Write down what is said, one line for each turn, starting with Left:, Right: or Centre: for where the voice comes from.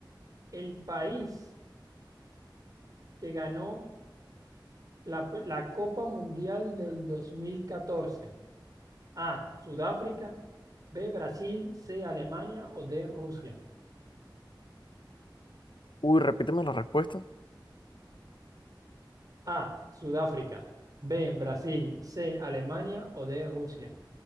Right: el país que ganó la, la Copa Mundial del 2014? A. Sudáfrica. B, Brasil, C, Alemania o D, Rusia.
Left: Uy, repíteme la respuesta.
Right: A, Sudáfrica. B, Brasil, C, Alemania o D, Rusia.